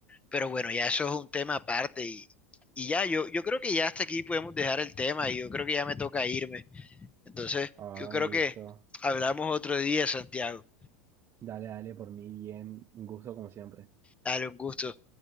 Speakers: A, on the left; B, on the right.
A: Pero bueno, ya eso es un tema aparte y, y ya, yo, yo creo que ya hasta aquí podemos dejar el tema y yo creo que ya me toca irme. Entonces,
B: ah,
A: yo creo
B: listo.
A: que hablamos otro día, Santiago.
B: Dale, dale, por mí bien, un gusto como siempre.
A: Dale un gusto.